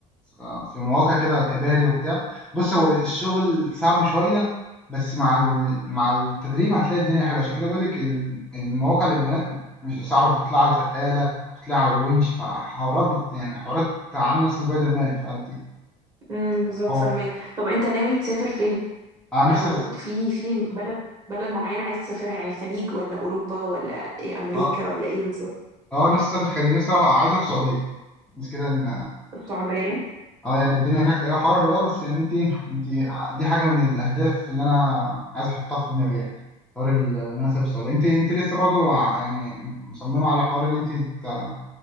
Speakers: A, in the centre; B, on the right.
A: آه، في مواقع كده كباري وبتاع بص هو الشغل صعب شويه بس مع ال- مع التدريب هتلاقي الدنيا حلوه عشان كده بقول لك ال- المواقع للبنات مش صعبه انت بتطلع على سقاله وتطلع على الونش فحوارات بت يعني حوارات عامله نفس سبايدر مان فانت
B: امم بالظبط
A: اه
B: فاهماك طب انت ناوي تسافر فين
A: انا نفسي
B: او
A: أسافر-
B: في في بلد بلد معينة عايز تسافرها يعني خليج ولا اوروبا ولا إيه امريكا
A: اه
B: ولا ايه بالظبط
A: آه، نفسي اسافر خارج نفسي أروح- عايز اروح السعوديه بس كده ان
B: السعودية
A: اه يعني الدنيا هناك اه حر اه بس يعني انت انت دي حاجه من الاهداف اللي انا عايز احطها في دماغي يعني حوار ال- ان انا اسافر السعوديه انت انت لسه برضو ع- يعني مصممه على حوار اللي انت ت-